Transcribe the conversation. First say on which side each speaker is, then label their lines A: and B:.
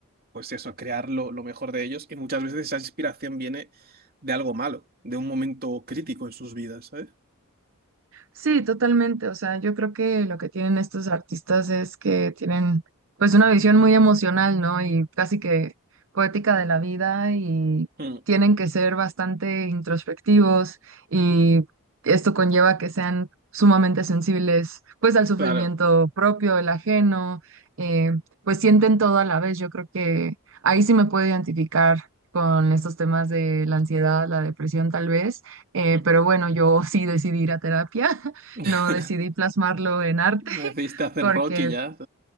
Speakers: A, on the right; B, on the right.
A: pues eso, crear lo, lo mejor de ellos y muchas veces esa inspiración viene de algo malo, de un momento crítico en sus vidas, ¿sabes?
B: Sí, totalmente. O sea, yo creo que lo que tienen estos artistas es que tienen pues una visión muy emocional, ¿no? Y casi que poética de la vida y
A: Mm,
B: tienen que ser bastante introspectivos y esto conlleva que sean sumamente sensibles pues al sufrimiento
A: claro.
B: propio, el ajeno, eh, pues sienten todo a la vez. Yo creo que ahí sí me puedo identificar con estos temas de la ansiedad, la depresión tal vez eh,
A: Mm.
B: pero bueno, yo <laughs> sí decidí ir a terapia, <laughs>
A: <laughs>
B: no decidí plasmarlo en arte,
A: Decidiste
B: <laughs>
A: hacer
B: porque
A: rock y ya.